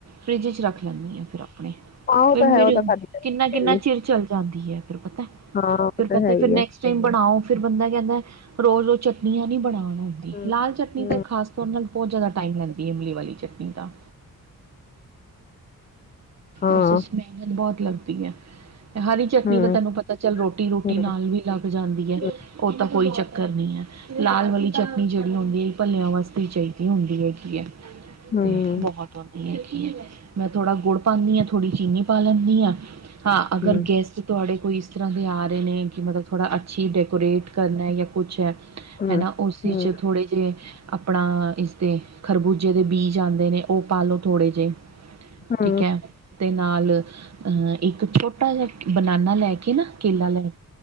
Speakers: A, on the right; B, on the left.
A: ਫਰਿੱਜ 'ਚ ਰੱਖ ਲੈਂਦੀ ਹਾਂ ਫਿਰ ਆਪਣੇ,
B: ਹਾਂ ਉਹ
A: ਫਿਰ
B: ਤਾਂ
A: ਮੇਰੇ
B: ਹੈ ਉਹ ਤਾਂ ਖਾਦੀ
A: ਕਿੰਨਾ ਕਿੰਨਾ
B: ਫਿਰ ਵੀ
A: ਚਿਰ ਚੱਲ ਜਾਂਦੀ ਹੈ ਫਿਰ ਪਤਾ
B: ਹਾਂ ਉਹ
A: ਫਿਰ ਪਤਾ
B: ਤਾਂ ਹੈ ਹੀ
A: ਫਿਰ ਨੈਕਸਟ
B: ਹੈ।
A: ਟਾਈਮ ਬਣਾਓ, ਫਿਰ ਬੰਦਾ ਕਹਿੰਦਾ ਰੋਜ਼ ਉਹ ਚਟਨੀਆਂ ਨਹੀਂ ਬਣਾਉਣ ਆਉਂਦੀ,
B: ਹੂੰ
A: ਲਾਲ ਚਟਨੀ
B: ਹੂੰ
A: ਤਾਂ ਖ਼ਾਸ ਤੌਰ ਨਾਲ ਬਹੁਤ ਜ਼ਿਆਦਾ ਟਾਈਮ ਲੈਂਦੀ ਹੈ ਇਮਲੀ ਵਾਲੀ ਚਟਨੀ। ਨਹੀਂਦਾ।
B: ਹਾਂ
A: ਉਸ 'ਚ ਮਿਹਨਤ ਬਹੁਤ ਲੱਗਦੀ ਹੈ ਤੇ ਹਰੀ ਚਟਨੀ
B: ਹੂੰ
A: ਤਾਂ ਤੈਨੂੰ ਪਤਾ ਤਾਂ ਚੱਲ ਰੋਟੀ ਰੋਟੀ
B: ਹੂੰ
A: ਨਾਲ ਵੀ ਲੱਗ ਜਾਂਦੀ ਹੈ,
B: ਹੂੰ
A: ਉਹ ਤਾਂ ਕੋਈ ਚੱਕਰ ਨਹੀਂ ਹੈ। ਲਾਲ ਵਾਲੀ ਚਟਨੀ ਜਿਹੜੀ ਹੁੰਦੀ ਹੈ, ਇਹ ਭਲਿਆਂ ਵਾਸਤੇ ਹੀ ਚਾਹੀਦੀ ਹੁੰਦੀ ਹੈਗੀ ਹੈ।
B: ਹੂੰ
A: ਤੇ ਬਹੁਤ ਹੁੰਦੀ ਹੈ ਕੀ ਮੈਂ ਥੋੜ੍ਹਾ ਗੁੜ ਪਾਉਂਦੀ ਹਾਂ, ਥੋੜ੍ਹੀ ਚੀਨੀ ਪਾ ਲੈਂਦੀ ਹੈ। ਹਾਂ ਅਗਰ
B: ਹੂੰ
A: ਗੈਸਟ ਤੁਹਾਡੇ ਕੋਈ ਇਸ ਤਰ੍ਹਾਂ ਦੇ ਆ ਰਹੇ ਨੇ, ਕਿ ਮਤਲਬ ਥੋੜ੍ਹਾ ਅੱਛੀ ਡੈਕੋਰੇਟ ਕਰਨਾ ਜਾਂ ਕੁਛ ਹੈ।
B: ਹੂੰ
A: ਹੈਨਾ,
B: ਹੂੰ
A: ਉਸ
B: ਹੂੰ
A: 'ਚ ਥੋੜ੍ਹੇ ਜਿਹੇ ਆਪਣਾ ਇਸਦੇ ਖਰਬੂਜੇ ਦੇ ਬੀਜ ਆਉਂਦੇ ਨੇ, ਉਹ ਪਾਲੋ ਥੋੜੇ ਜਿਹੇ।
B: ਹਾਂ।
A: ਠੀਕ ਹੈ ਤੇ ਨਾਲ ਅਹ ਇੱਕ ਛੋਟਾ ਜਿਹਾ ਬਨਾਨਾ ਲੈ ਕੇ ਨਾ, ਕੇਲਾ ਲੈ